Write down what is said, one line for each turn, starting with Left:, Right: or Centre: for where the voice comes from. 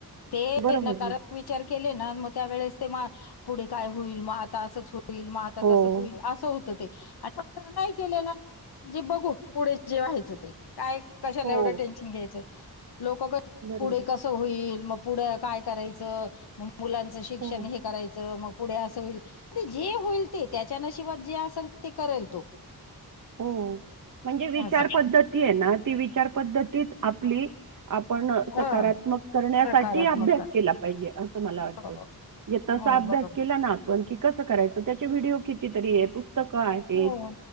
Left: ते
Right: बरोबर
Left: नकारात्मक
Right: ना.
Left: विचार. केले ना मग त्या वेळेस ते पुढे काय होईल? मग आता असच होईल. होईल मग आता
Right: हो.
Left: तसच होईल असं होतं ते. आणि पण ज नाही केले ना जे बघू पुढे जे व्हायचं ते काय? कशाला?
Right: हो.
Left: एवढं टेन्शन घ्यायचं. लोक
Right: बरोबर.
Left: पुढे कसं होईल? मग पुढ काय करायच? म मुलांचं शिक्षण
Right: हो.
Left: हे कराय मग पुढे अस होईल. ते जे होईल ते त्याच्या नशिबात जे असेल ते करेल तो.
Right: हो म्हणजे विचार
Left: असं
Right: पद्धती आहे ना ती विचार पद्धतीच आपली आपण
Left: ह
Right: सकारात्मक करण्यासाठी
Left: सकारात्मक
Right: अभ्यास केला पाहिजे. असं मला वाटतं.
Left: हो
Right: म्हणजे तसा
Left: हो
Right: अभ्यास
Left: बरोबर
Right: केला ना आपण कि कसं करायचं त्याचे व्हिडिओ किती <unintelligible> पुस्तक आहेत.
Left: हो